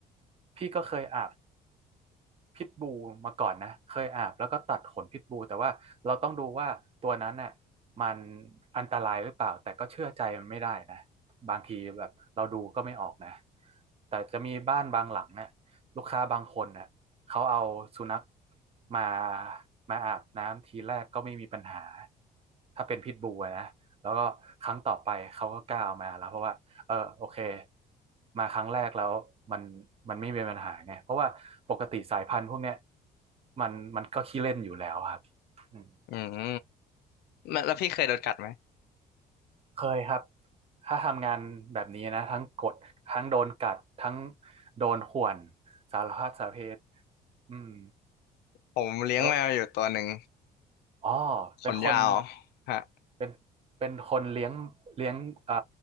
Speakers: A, on the right; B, on the left.
A: พี่ก็เคยอาบ พิทบูลมาก่อนนะเคยอาบแล้วก็ตัดขนพิทบูลแต่ว่าเราต้องดูว่าตัวนั้นน่ะมันอันตรายหรือเปล่าแต่ก็เชื่อใจมันไม่ได้นะบางทีแบบเราดูก็ไม่ออกนะแต่จะมีบ้านบางหลังเนี่ยลูกค้าบางคนน่ะเขาเอาสุนัขมามาอาบน้ำทีแรกก็ไม่มีปัญหาถ้าเป็นพิทบูลอะนะแล้วก็ครั้งต่อไปเขาก็กล้าเอามาแล้วเพราะว่า เออโอเคมาครั้งแรกแล้วมันมันไม่มีปัญหาไงเพราะว่าปกติสายพันธุ์พวกเนี้ยมันมันก็ขี้เล่นอยู่แล้วครับอืม
B: อืม แล้วแล้วพี่เคยโดนกัดไหม
A: เคยครับถ้าทำงานแบบนี้นะทั้งกดทั้งโดนกัดทั้งโดนข่วนสารพัดสาเพศอืม
B: ผมเลี้ยงแมวอยู่ตัวหนึ่ง
A: แล้วอ๋อเป็นคน
B: ขนยาวฮะ
A: เป็นเป็นคนเลี้ยงเลี้ยงเอ่อ